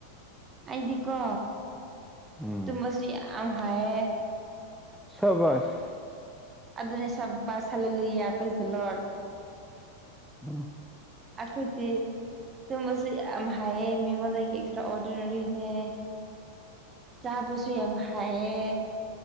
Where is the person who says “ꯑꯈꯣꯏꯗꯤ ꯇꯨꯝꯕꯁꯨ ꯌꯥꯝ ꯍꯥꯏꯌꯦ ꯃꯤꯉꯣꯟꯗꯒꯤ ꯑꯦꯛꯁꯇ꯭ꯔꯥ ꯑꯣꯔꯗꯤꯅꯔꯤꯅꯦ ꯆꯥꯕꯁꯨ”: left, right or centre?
Right